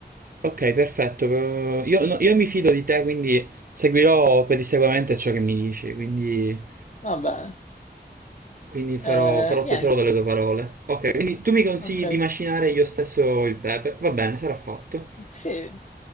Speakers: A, on the right; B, on the left.
A: ok, perfetto. però Io, no, io mi fido di te, quindi seguirò pedissequamente ciò che mi dici, quindi,
B: Va bene.
A: quindi farò,
B: Eh,
A: farò
B: niente,
A: tesoro delle tue parole. Ok, quindi tu mi consigli
B: ok.
A: di macinare io stesso il pepe? Va bene, sarà fatto.
B: Sì,